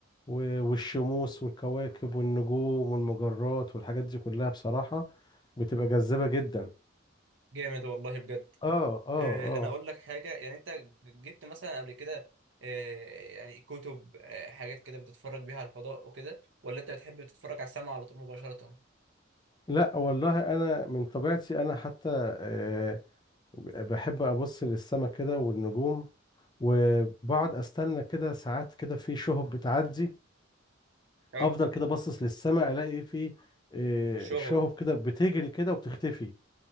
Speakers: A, on the left (about 25°); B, on the right (about 70°).
A: و- والشموس والكواكب والنجوم والمجرات والحاجات دي كلها بصراحة بتبقى جذابة جدا
B: جامد والله بجد
A: اه اه
B: أه
A: اه
B: انا اقول لك حاجه يعني انت جبت مثلا قبل كده أه يعني كتب أه حاجات كده بتتفرج بيها على الفضاء وكده ولا انت بتحب تتفرج على السماء على طول مباشره
A: لا والله انا من طبيعتي انا حتى آه، بحب ابص للسماء كده والنجوم وبقعد استنى كده ساعات كده في شهب بتعدي
B: اه
A: افضل كده باصص للسماء الاقي في آه،
B: شهب
A: شهب كده بتجري كده وبتختفي